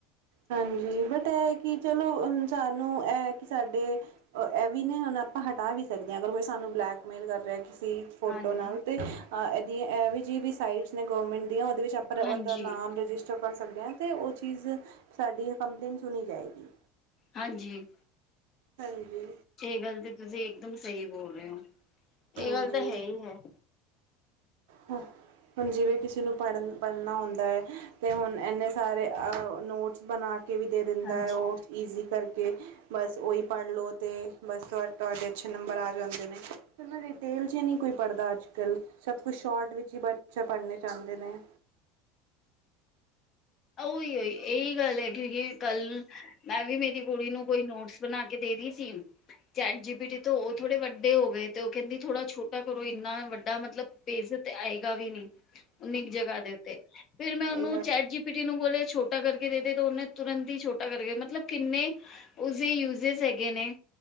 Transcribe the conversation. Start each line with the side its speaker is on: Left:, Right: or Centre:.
Right: ਹਾਂਜੀ! ਬਟ ਇਹ ਕਿ ਚਲੋ ਸਾਨੂੰ ਇਹ ਕਿ ਸਾਡੇ। ਇਹ ਵੀ ਨਹੀਂ ਹੁਣ ਆਪਾਂ ਹਟਾ ਵੀ ਸਕਦੇ ਹਾਂ ਅਗਰ ਕੋਈ ਸਾਨੂੰ ਬਲੈਕਮੇਲ ਕਰ ਰਿਹਾ ਕਿਸੀ ਫੋਟੋ
Left: ਹਾਂਜੀ
Right: ਨਾਲ ਤੇ। ਆਹ ਇਹਦੀਆਂ ਇਹ ਵੀ ਜਿਹੀ ਵੀ ਸਾਈਟਸ ਨੇ ਗੌਰਮੈਂਟ ਦੀਆਂ ਉਹਦੇ ਵਿੱਚ ਆਪਾਂ
Left: ਹਾਂਜੀ
Right: <inaudible> ਬੰਦੇ ਦਾ ਨਾਮ ਰਜਿਸਟਰ। ਵਿੱਚੋਂ ਕਰ ਸਕਦੇ ਹਾਂ ਤੇ ਉਹ ਚੀਜ਼, ਸਾਡੀ ਕੰਪਲੇਂਨ ਸੁਣੀ ਜਾਏਗੀ।
Left: ਹਾਂਜੀ!
Right: ਹਾਂਜੀ!
Left: ਇਹ ਗੱਲ ਤਾਂ ਤੁਸੀਂ ਇਕਦਮ ਸਹੀ ਬੋਲ ਰਹੇ ਹੋ। ਇਹ
Right: ਹਾਂਜੀ
Left: ਗੱਲ ਤਾਂ ਹੈ ਹੀ ਹੈ।
Right: ਹਾਂ। <inaudible> ਹੁਣ ਜਿਵੇਂ ਕਿਸੇ ਨੂੰ ਪੜ੍ਹਨ ਪੜ੍ਹਨਾ ਆਉਂਦਾ ਹੈ ਤੇ ਹੁਣ ਇੰਨੇ ਸਾਰੇ ਨੋਟਸ ਬਣਾ। ਕੇ ਵੀ ਦੇ ਦਿੰਦਾ
Left: ਹਾਂਜੀ
Right: ਹੈ। ਉਹ ਈਜ਼ੀ ਕਰਕੇ। ਬਸ ਉਹੀ ਪੜ੍ਹ ਲਉ ਤੇ ਬਸ ਤੁਹਾਡੇ ਅੱਛੇ ਨੰਬਰ ਆ ਜਾਂਦੇ ਨੇ। ਇੰਨਾ ਡਿਟੇਲ ਚ ਈ ਨਹੀਂ ਕੋਈ ਪੜ੍ਹਦਾ ਅੱਜ ਕੱਲ੍ਹ। ਸਭ ਕੁਛ ਸ਼ੋਟ ਵਿੱਚ ਹੀ <inaudible> ਬੱਚਾ ਪੜ੍ਹਨਾ ਚਾਹੁੰਦੇ ਨੇ।
Left: ਉਹੀ ਉਹੀ ਇਹੀ ਗੱਲ ਹੈ। ਕਿਉਂਕਿ ਕੱਲ੍ਹ ਮੈਂ ਵੀ ਮੇਰੀ ਕੁੜੀ ਨੂੰ ਕੋਈ ਨੋਟਸ ਬਣਾ ਕੇ ਦੇ ਰਹੀ ਸੀ। ਚੈਟ ਜੀਬੀ ਟੀ ਤੋ, ਉਹ ਥੋੜੇ ਵੱਡੇ ਹੋ ਗਏ, ਤੇ ਉਹ ਕਹਿੰਦੀ ਥੋੜਾ ਛੋਟਾ ਕਰੋ, ਇੰਨਾ ਵੱਡਾ ਮਤਲਬ ਪੇਜ਼ ਚ ਤੇ ਆਏਗਾ ਵੀ ਨਹੀਂ।
Right: ਹ <inaudible>
Left: ਈਨੀ ਕੀ ਜਗ੍ਹਾ ਦੇ ਉੱਤੇ, ਫੇਰ ਮੈਂ ਉਹਨੂੰ
Right: ਗੱਲ
Left: ਚੈਟ
Right: ਹੈ
Left: ਜੀ ਪਿਟੀ ਨੂੰ ਬੋਲਿਆ ਛੋਟਾ ਕਰਕੇ ਦੇ ਦੇ ਤੇ ਉਹਨੇ ਤੁਰੰਤ ਹੀ ਛੋਟਾ ਕਰਕੇ ਮਤਲਬ ਕਿੰਨੇ ਉਸਦੇ ਯੂਜ਼ੀਜ਼ ਹੈਗੇ ਨੇ,